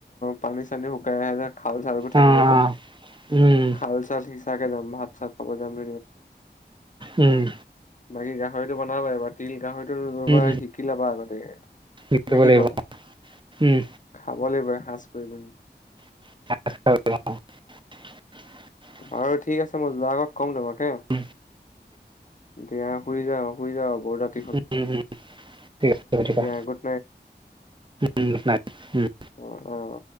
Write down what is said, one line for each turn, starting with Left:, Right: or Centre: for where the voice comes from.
Left: পানী চানী শুকাই আহে যে। খাউল চাউবোৰ থাকে
Right: অ',
Left: যে
Right: অ'। উম,
Left: খাউল চাউল সিচাকে যাম ভাত চাত। বজাম
Right: উম,
Left: বাকী গাহৰিটো বনাব পাৰিবা তিল গাহৰিটো বনাবো
Right: উম,
Left: শিকি লবা আগতে।
Right: উম,
Left: না
Right: কৰিব
Left: কি
Right: লাগিব
Left: কোৱা
Right: উম।
Left: খাব লাগিব এসাজ কৰি।
Right: <unintelligible>
Left: আৰু ঠিক আছে মই যোৱা আগত ক'ম তোমাকে
Right: উম,
Left: দিয়া শুই যাও - শুই যাও। বহুত ৰাতি হ'ল
Right: উম, উম, ঠিক আছে ঠিক
Left: দিয়াৰ
Right: আছে।
Left: আগত
Right: উম নাই উম।
Left: উম, উম।